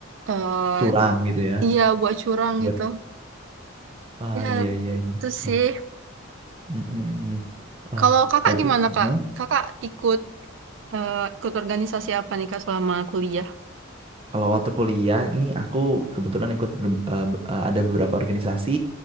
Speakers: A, on the right; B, on the right.
A: eh,
B: Curang gitu ya.
A: iya buat curang
B: Buat,
A: gitu
B: Ah
A: Ya,
B: iya, iya,
A: itu
B: iya.
A: sih.
B: Oh, Mm-mm, mm. Wah,
A: Kalau kakak
B: berarti
A: gimana, Kak?
B: no?
A: Kakak ikut eh, ikut organisasi apa nih, Kak, selama kuliah?
B: Kalau waktu kuliah nih aku kebetulan ikut ber- eh, b- eh, ada beberapa organisasi,